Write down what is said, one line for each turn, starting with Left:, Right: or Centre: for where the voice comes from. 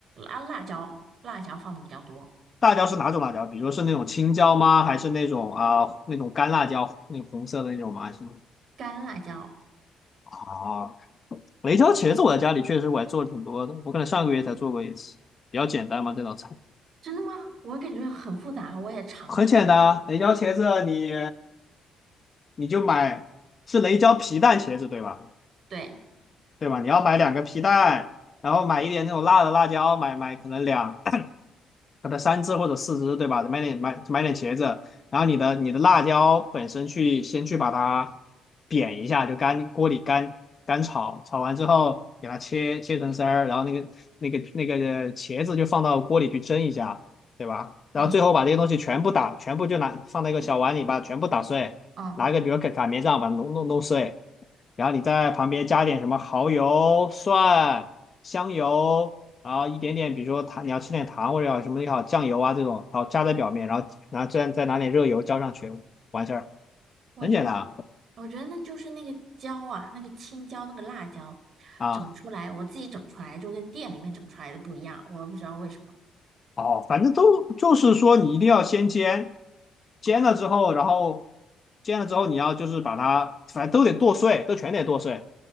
Right: 啊辣椒，辣椒放的比较多，
Left: 辣椒是哪种辣椒？比如说是那种青椒吗？还是那种啊、那种干辣椒，那种红色的那种吗？是吗？
Right: 干辣椒。
Left: 啊，雷椒茄子我在家里确实我还做了挺多的，我可能上个月才做过一次，比较简单嘛这道菜，
Right: 真的吗？我感觉很复杂，我也尝试过了。
Left: 很简单啊雷椒茄子你你就买是雷椒皮蛋茄子对吧？
Right: 对，
Left: 对吧？你要买两个皮蛋，然后买一点那种辣的辣椒，买买可能两可能三只或者四只，对吧？买点买买点茄子，然后你的你的辣椒本身去先去把它煸一下，就干锅里干干炒，炒完之后给它切切成丝儿，然后那个那个那个茄子就放到锅里去蒸一下，对吧？然后最后把这些东西全部打，
Right: 嗯
Left: 全部就拿放到一个小碗里，把它全部打碎，
Right: 嗯，
Left: 拿一个比如擀擀面杖把它弄弄弄碎，然后你在旁边加点什么蚝油、蒜、香油。然后一点点，比如说糖，你要吃点糖或者要什么也好，酱油啊这种，好加在表面，然后然后再再拿点热油浇上去，完事儿，
Right: 我觉得。
Left: 很简单啊。
Right: 我觉得那就是那个椒啊，那个青椒，那个辣椒，
Left: 啊
Right: 整出来，我自己整出来就跟店里面整出来的不一样，我不知道为什么。
Left: 哦，反正都就是说你一定要先煎，煎了之后，
Right: 哦，
Left: 然后煎了之后你要就是把它，反正都得剁碎，都全得剁碎，